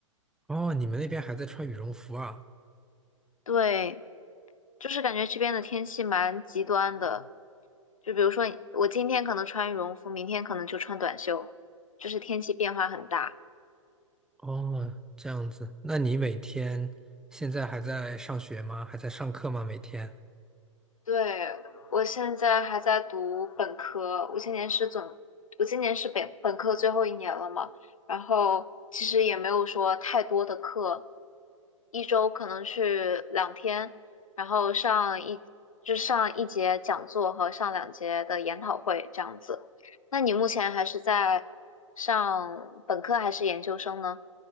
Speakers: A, in the centre; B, on the left (about 85°).
A: 哦，你们那边还在穿羽绒服啊？
B: 对，就是感觉这边的天气蛮极端的，就比如说我今天可能穿羽绒服，明天可能就穿短袖，就是天气变化很大。
A: 哦，这样子，那你每天现在还在上学吗？还在上课吗？每天？
B: 对，我现在还在读本科，我今年是总，我今年是本本科最后一年了嘛，然后其实也没有说太多的课，一周可能去两天，然后上一，就上一节讲座和上两节的研讨会这样子。那你目前还是在上本科还是研究生呢？